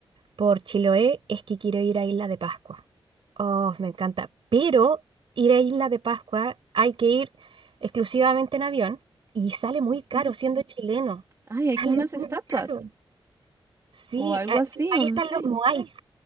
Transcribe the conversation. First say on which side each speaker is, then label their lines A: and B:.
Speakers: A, on the right; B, on the right.
A: por Chiloé, es que quiero ir a Isla de Pascua. Oh, me encanta. Pero ir a Isla de Pascua hay que ir exclusivamente en avión y sale muy caro
B: Ujú.
A: siendo chileno.
B: Ay,
A: <laughs> Sale
B: hay como unas
A: muy
B: estatuas
A: caro. Sí,
B: o algo
A: ah,
B: así,
A: sí, ahí
B: o no
A: están
B: sé.
A: los moais.